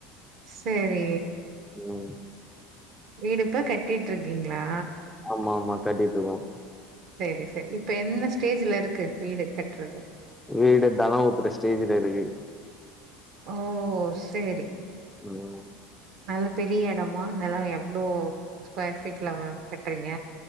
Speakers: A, on the right (about 55°); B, in the centre.
A: சேரி
B: ம்
A: வீடு இப்ப கட்டிட்டுடிருக்கீங்களா
B: ஆமா ஆமா கட்டிட்ருக்றோம்
A: சேரி சேரி இப்ப என்ன ஸ்டேஜ்ல இருக்கு வீடு கட்றது
B: வீடு தலோ ஒட்ற ஸ்டேஜ்ல இருக்கு
A: ஓ சேரி
B: ம்
A: நல்லா பெரிய எடமா நல்லா எவ்ளோ ஸ்கொயர் ஃபீட்ல வ கட்டுறீங்க